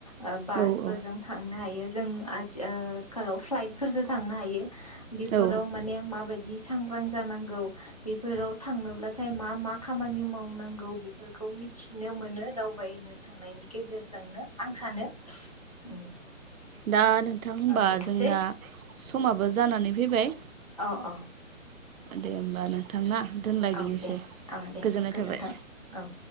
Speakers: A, on the left; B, on the right.
A: ओ बासफोरजों
B: औ औ
A: थांनो हायो जों आथिखालाव फ्लाइटफोरजों थांनो हायो। बेफोराव
B: औ
A: माने माबायदि बिदि सांग्रां जानांगौ बेफोराव थांनोब्लाथाय मा मा खामानि माव नांगौ बेफोरखौ मिथिनो मोनो दावबायनो थांनायनि गेजेरजों। जोंनो आं सानो उम
B: दा नोंथां होनबा
A: बेनोसै
B: जोंना समाबो जानानै फैबाय
A: अ-अ
B: दे होमबा नोंथां ना दोनलायदिनोसै
A: औ दे औ दे
B: गोजोननाय
A: गोजोन्थों
B: थाबाय।
A: औ